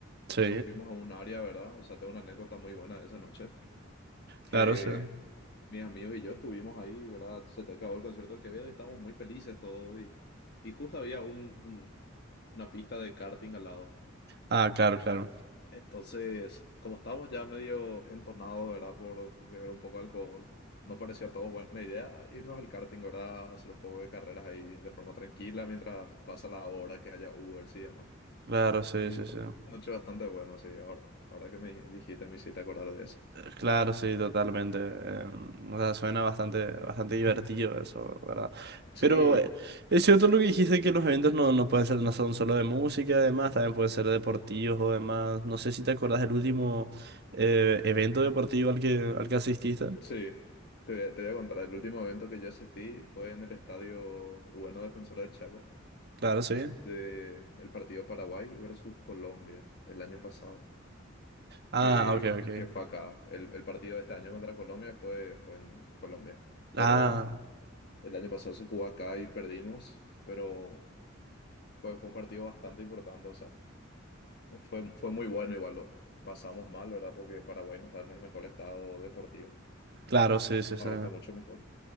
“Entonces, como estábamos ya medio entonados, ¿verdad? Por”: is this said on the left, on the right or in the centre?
Left